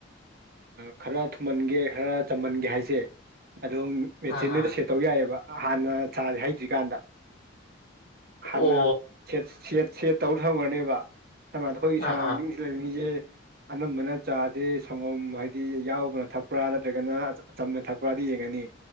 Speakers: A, on the right (about 50°); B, on the left (about 50°).
A: ꯈꯔ ꯊꯨꯝꯍꯟꯒꯦ ꯈꯔ ꯆꯝꯍꯟꯒꯦ ꯍꯥꯏꯁꯦ ꯑꯗꯨꯝ ꯃꯦꯆꯤꯟꯗꯨꯗ
B: ꯑꯥ ꯑꯥ
A: ꯁꯦꯠꯇꯧ ꯌꯥꯏꯑꯦꯕ ꯍꯥꯟꯅ ꯆꯥꯁꯦ ꯍꯩꯗ꯭ꯔꯤꯀꯥꯟꯗ꯫ ꯍꯥꯟꯅ
B: ꯑꯣ
A: ꯁꯦꯠ ꯁꯦꯠ ꯁꯦꯠ ꯇꯧꯔ ꯊꯝꯈ꯭ꯔꯅꯦꯕ ꯑꯗꯨꯃꯥꯏꯅ ꯑꯩꯈꯣꯏꯒꯤ
B: ꯑꯥ
A: ꯁꯔꯥꯎꯟꯗꯤꯡ
B: ꯑꯥ
A: ꯁꯤ ꯂꯩꯕ ꯃꯤꯁꯦ ꯑꯅꯝꯕꯅ ꯆꯥꯁꯦ ꯁꯪꯒꯣꯝ ꯍꯥꯏꯗꯤ ꯌꯥꯎꯕꯅ ꯊꯛꯄ꯭ꯔꯥ ꯅꯠꯇ꯭ꯔꯒꯅ ꯆꯝꯅ ꯊꯛꯄ꯭ꯔꯗꯤ ꯌꯦꯡꯑꯅꯤ꯫